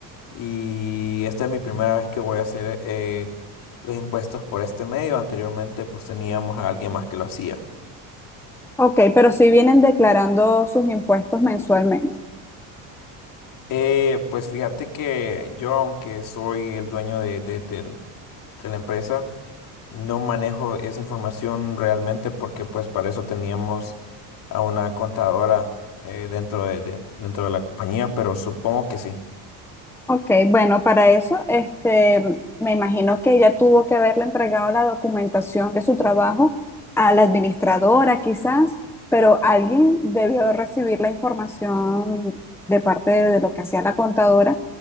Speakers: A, on the left (about 50°); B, in the centre.
A: Y esta es mi primera vez que voy a hacer eh, los impuestos por este medio. Anteriormente pues teníamos a alguien más que lo hacía.
B: Ok, pero sí vienen declarando sus impuestos mensualmente.
A: Eh, pues fíjate que yo, aunque soy el dueño de, de- del- de la empresa, no manejo esa información realmente porque pues para eso teníamos a una contadora eh, dentro de, de- dentro de la compañía, pero supongo que sí.
B: Ok, bueno, para eso, este, me imagino que ella tuvo que haberle entregado la documentación de su trabajo a la administradora, quizás, pero alguien debió recibir la información de parte de, de lo que hacía la contadora